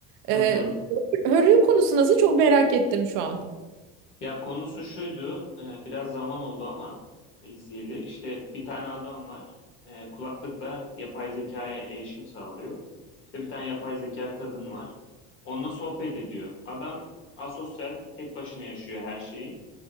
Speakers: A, on the right; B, on the left.
A: E,
B: Hı hı.
A: Hör'ün konusu nasıl çok merak ettim şu an.
B: Ya konusu şuydu, e, biraz zaman oldu ama izleyeli. İşte bir tane adam var, e, kulaklıkla yapay zekaya erişim sağlıyor. İşte bir tane yapay zeka kadın var. Onunla sohbet ediyor. Adam asosyal, tek başına yaşıyor her şeyi.